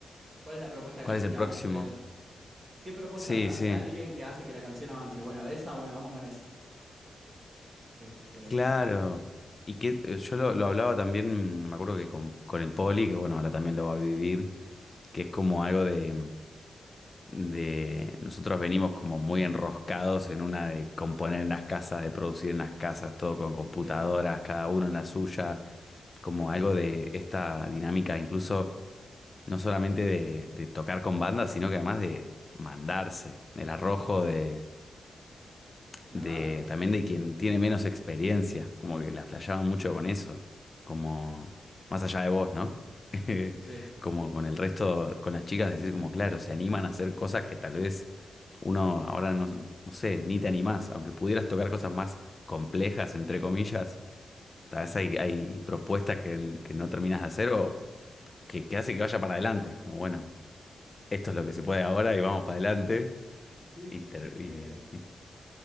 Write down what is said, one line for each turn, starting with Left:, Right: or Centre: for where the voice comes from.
Right: ¿cuál es la propuesta
Left: ¿Cuál
Right: que hace
Left: es el
Right: que avance
Left: próximo?
Right: este avance? ¿Qué propuesta
Left: Sí,
Right: hace
Left: sí.
Right: alguien que hace que la canción avance? Bueno, esa, bueno, vamos con esa. Este,
Left: Claro. Y que eh, yo lo, lo hablaba también, mm, me acuerdo que con, con el Poli, que bueno, ahora también lo va a vivir, que es como algo de... de nosotros venimos como muy enroscados en una de componer en las casas, de producir en las casas, todo con computadoras,
Right: sí,
Left: cada uno en la suya, como algo de esta dinámica, incluso no solamente de, de tocar con bandas, sino que además de mandarse, el arrojo de,
Right: claro,
Left: de también de quien tiene menos experiencia, como que la flasheaban mucho con eso, como más allá de vos, ¿no? <laughs>
Right: sí,
Left: Como con el resto, con las chicas, decir como, claro, se animan a hacer cosas que tal vez uno ahora no, no sé, ni te animás, aunque pudieras tocar cosas más complejas, entre comillas, tal vez hay, hay propuestas que,
Right: sí.
Left: que no terminas de hacer o que, que hace que vaya para adelante, como bueno, esto es lo que se puede ahora y vamos para adelante.
Right: Sí,
Left: Y, ter-
Right: es que,
Left: y- y-